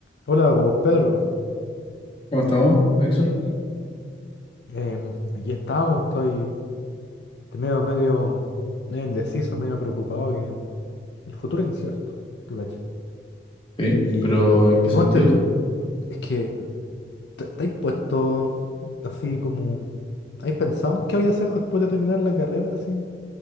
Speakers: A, on the left; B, on the left.
A: Hola, pues Pedro.
B: ¿Cómo estamos, Dixon?
A: Em, aquí estamos, estoy medio, medio, medio indeciso, medio preocupado que el futuro es incierto, tú cachai.
B: Sí,
A: Y
B: pero ¿en qué
A: suponte
B: sentido?
A: tú, es que te, te has puesto así como, ¿has pensado en qué voy a hacer después de terminar la carrera? Así,